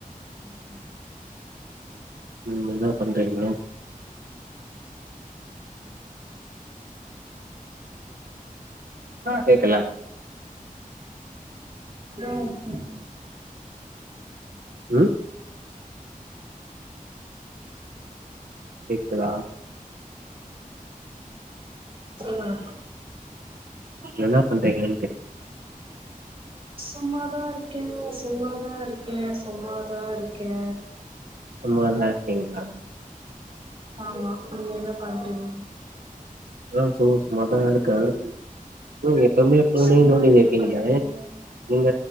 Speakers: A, on the right; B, on the right.
A: அது சொல்லுங்க
B: நீங்க என்னா பண்றீங்க கேக்கல
A: <unintelligible>
B: ம் கேக்குதா
A: சொல்லுங்க
B: என்னா பண்றீங்கன் கேட்
A: சும்மாதா இருக்கே சும்மாதா இருக்கே சும்மாதா இருக்கே
B: சும்மாதா இருக்கீங்ளா
A: ஆமா நீங்க என்ன பண்றீங்க
B: ஆ சும்மா சும்மாதா இருக்கே <unintelligible> எப்பமே ஃபோனே
A: சும்மா
B: நோன்டி
A: என்ன
B: இருக்கீங்களே
A: பண்றீங்க
B: நீங்க